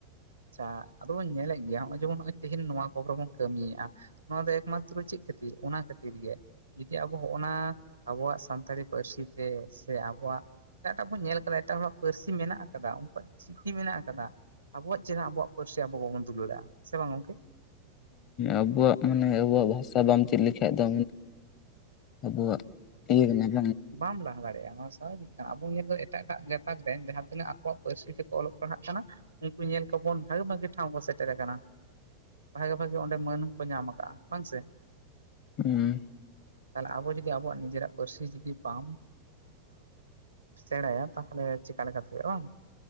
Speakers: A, on the right; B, on the left.
A: ᱟᱪᱪᱷᱟ ᱾ᱟᱫᱚ ᱵᱚᱱ ᱧᱮᱞᱮᱜ ᱜᱮᱭᱟ ᱱᱚᱜᱼᱚᱭ ᱡᱮᱢᱚᱱ ᱛᱮᱦᱮᱱ ᱱᱚᱣᱟ ᱠᱚ ᱨᱮ ᱵᱚᱱ ᱠᱟᱹᱢᱤᱭᱮᱜᱼᱟ ᱱᱚᱣᱟ ᱫᱚ ᱮᱠᱢᱟᱛᱨᱚ ᱪᱮᱫ ᱠᱷᱟᱹᱛᱤᱨ ᱚᱱᱟ ᱠᱷᱟᱹᱛᱤᱨ ᱜᱮ ᱡᱩᱫᱤ ᱟᱵᱚ ᱚᱱᱟ ᱟᱵᱚᱣᱟᱜ ᱥᱟᱱᱛᱟᱲᱤ ᱯᱟᱹᱨᱥᱤ ᱛᱮ ᱥᱮ ᱟᱵᱚᱣᱟᱜ ᱮᱴᱟᱜ-ᱮᱴᱟᱜ ᱵᱚᱱ ᱧᱮᱞ ᱟᱠᱟᱫᱟ ᱮᱴᱟᱜ ᱦᱚᱲᱟᱜ ᱯᱟᱹᱨᱥᱤ ᱢᱮᱱᱟᱜ ᱟᱠᱟᱫᱟ᱾ ᱩᱱᱠᱩᱣᱟᱜ ᱪᱤᱠᱤ ᱢᱮᱱᱟᱜ ᱟᱠᱟᱫᱟ᱾ ᱟᱵᱚᱣᱟᱜ ᱪᱮᱫᱟᱜ ᱟᱵᱚᱣᱟᱜ ᱯᱟᱹᱨᱥᱤ ᱟᱵᱚ ᱵᱟᱵᱚᱱ ᱫᱩᱞᱟᱹᱲᱟᱜᱼᱟ ᱥᱮ ᱵᱟᱝ ᱜᱚᱝᱠᱮ?
B: ᱟᱵᱚᱣᱟᱜ ᱢᱟᱱᱮ ᱟᱵᱚᱣᱟᱜ ᱵᱷᱟᱥᱟ ᱵᱟᱢ ᱪᱮᱫ ᱞᱮᱠᱷᱟᱜ ᱫᱚ <unintelligible> ᱟᱵᱚᱣᱟᱜ <unintelligible>
A: ᱵᱟᱢ ᱞᱟᱦᱟ ᱫᱟᱲᱮᱭᱟᱜᱼᱟ ᱱᱚᱣᱟ ᱥᱟᱵᱷᱟᱵᱤᱠ ᱠᱟᱱᱟ ᱟᱵᱚ ᱱᱤᱛ ᱫᱚ ᱮᱴᱟᱜ ᱮᱴᱟᱜ <unintelligible> ᱜᱟᱛᱟᱠ ᱨᱮᱱ ᱡᱟᱦᱟᱸ ᱛᱤᱱᱟᱹᱜ ᱟᱠᱚᱣᱟᱜ ᱯᱟᱹᱨᱥᱤ ᱛᱮᱠᱚ ᱚᱞᱚᱜ ᱯᱟᱲᱦᱟᱜ ᱠᱟᱱᱟ ᱩᱱᱠᱩ ᱧᱮᱞ ᱠᱚ ᱵᱚᱱ ᱵᱷᱟᱜᱮ ᱵᱷᱟᱜᱮ ᱴᱷᱟᱶ ᱠᱚ ᱥᱮᱴᱮᱨ ᱟᱠᱟᱱᱟ ᱵᱷᱟᱜᱮ ᱵᱷᱟᱜᱮ ᱚᱸᱰᱮ ᱢᱟᱹᱱ ᱠᱚ ᱧᱟᱢ ᱠᱟᱜᱼᱟ ᱵᱟᱝ ᱥᱮ
B: <unintelligible>
A: ᱛᱟᱦᱚᱸ ᱞᱮ ᱟᱵᱚ ᱡᱩᱫᱤ ᱟᱵᱚᱣᱟᱜ ᱱᱤᱡᱮᱨᱟᱜ ᱯᱟᱹᱨᱥᱤ ᱡᱩᱫᱤ ᱵᱟᱢ ᱥᱮᱬᱟᱭᱟ ᱛᱟᱦᱚᱸ ᱞᱮ ᱪᱮᱠᱟ ᱞᱮᱠᱟᱛᱮ ᱦᱳᱭᱳᱜᱼᱟ ᱵᱟᱝ